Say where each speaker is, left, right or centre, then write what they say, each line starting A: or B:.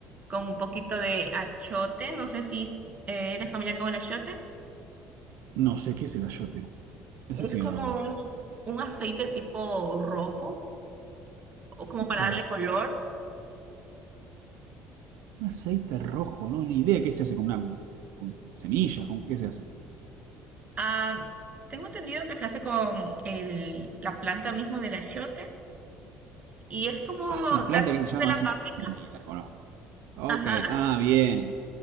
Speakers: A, on the right (about 30°); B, on the right (about 70°).
A: con un poquito de achiote, no sé si eh, eres familiar con el achiote,
B: No sé qué es el ayote. Ese
A: es
B: sí
A: como
B: que no lo conozco.
A: un, un aceite tipo rojo o como
B: Ok.
A: para darle color.
B: Un aceite rojo, no, ni idea qué se hace con una... con semillas, con qué se hace.
A: Ah, tengo entendido que se hace con el, la planta mismo del achiote y es como
B: Ah,
A: dar
B: es una
A: color
B: planta
A: de
B: que se llama
A: la
B: así.
A: páprica.
B: Ni la conozco. Ok,
A: Ajá,
B: ah, bien.